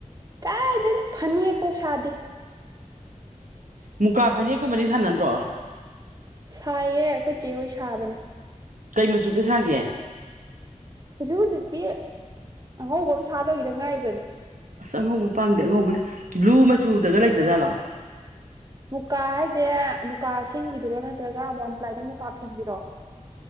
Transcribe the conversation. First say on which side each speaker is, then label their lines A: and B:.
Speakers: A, on the right (about 30°); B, on the right (about 80°).
A: ꯀꯥꯏꯗꯩꯅꯣ ꯐꯅꯦꯛꯄꯧ ꯁꯥꯗꯦ
B: ꯃꯨꯀꯥ ꯐꯅꯦꯛꯀꯨꯝꯕꯗꯤ ꯁꯥꯟꯅꯗ꯭ꯔꯣ
A: ꯁꯥꯏꯌꯦ ꯑꯈꯣꯏ ꯆꯦꯍꯣꯏ ꯁꯥꯕꯅꯦ
B: ꯀꯩ ꯃꯆꯨꯗ ꯁꯥꯒꯦ
A: ꯍꯧꯖꯤꯛ ꯍꯧꯖꯤꯛꯇꯤ ꯑꯉꯧꯕ ꯑꯃ ꯁꯥ ꯂꯧꯏꯒꯤꯗ ꯉꯥꯏꯔꯤꯕꯅꯤ
B: ꯑꯁ ꯑꯉꯧꯕ ꯄꯥꯝꯗꯦ ꯑꯉꯧꯕ ꯂꯩ ꯕ꯭ꯂꯨ ꯃꯆꯨꯗꯒ ꯂꯩꯇꯖꯥꯠꯂꯣ
A: ꯃꯨꯀꯥ ꯍꯥꯏꯖꯦ ꯃꯨꯀꯥ ꯁꯦꯡꯕꯤꯗꯨꯔꯣ ꯅꯠꯇ꯭ꯔꯒ ꯋꯥꯟꯄ꯭ꯂꯥꯏꯗ ꯃꯨꯀꯥ ꯐꯦꯟꯕꯤꯔꯣ